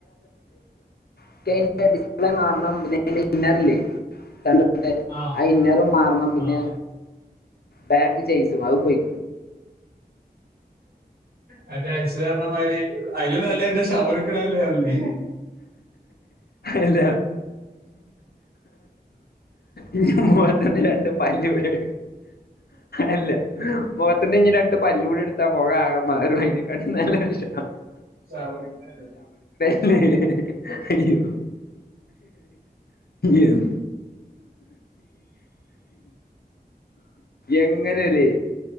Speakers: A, on the left (about 70°); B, on the right (about 65°).
A: ഇക്ക് അയിന്റെ ഡിസ്പ്ലേ മാറണം പിന്നെ അതിൻറെ ഇന്നർ ഇല്ലേ <unintelligible> <unintelligible>
B: ആ
A: അ ഇന്നറും മാറണം പിന്നെ
B: ആ
A: ബാക്ക് ചെയ്സും അതും പോയി
B: മറ്റേ <unintelligible> പറഞ്ഞമാതിരി ആയിലും നല്ലത് ന്റെ ശവടുക്കണല്ലേ നല്ലത്
A: അല്ല ഇനി മുഖത്തിന്ന് രണ്ട് പല്ലൂടെ അല്ല മുഖത്തിന്ന് ഇഞ്ഞി രണ്ട് പല്ലൂടെ എടുത്താ മുഖാകെമാറും ഐനക്കാട്ടിം നല്ലത് വിഷ
B: <unintelligible>
A: അയ്യോ എൻ എങ്ങനേലേ